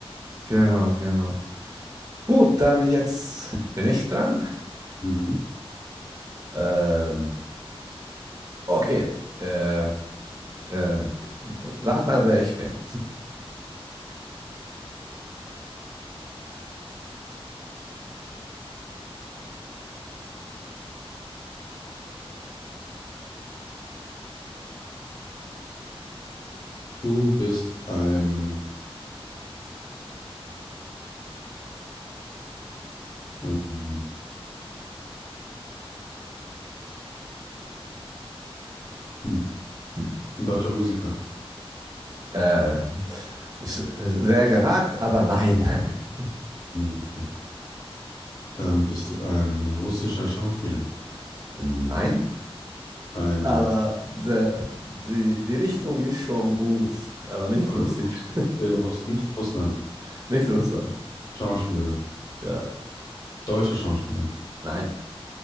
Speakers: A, on the right; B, on the left.
A: genau, genau. Gut, dann jetzt bin ich dran.
B: Mhm.
A: Ähm, okay. Äh, äh, rat mal, wer ich bin.
B: Du bist ein, ähm, hm,
A: Hm.
B: ein deutscher Musiker.
A: Äh, s- sehr gewagt, aber nein. <laughs>
B: Nee, okay. Dann bist du ein russischer Schauspieler.
A: Nein.
B: Ein,
A: Aber der, die, die Richtung ist schon gut, aber nicht
B: also
A: russisch.
B: in Russ nicht Russland.
A: <laughs> Nicht Russland.
B: Schauspieler.
A: Ja.
B: Deutscher Schauspieler.
A: Nein.